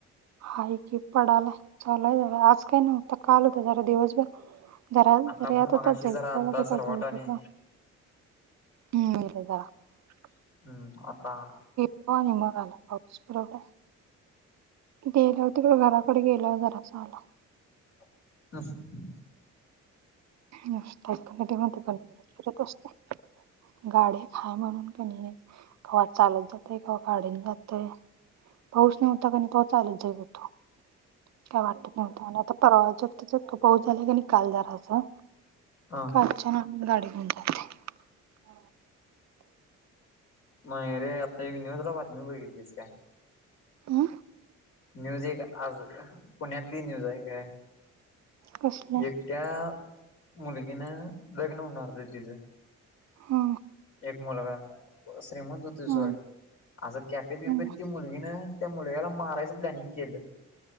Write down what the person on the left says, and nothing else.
आता पण
मगाशी
जरा आलता सरवाट आणि
हम्म आता
<unintelligible>
हा
नाय रे आता एक न्यूज ला बातमी बघितलीस काय?
न्यूज एक आज पुण्यातली न्यूज आहे काय?
एकट्या मुलगीनं लग्न होणार होतं तिजं.
एक मुलगा श्रीमंत हुता
सोड आस कॅपेत बिपेत
ती मुलगी न त्या मुलग्याला मारायचं प्लॅनिंग केलं.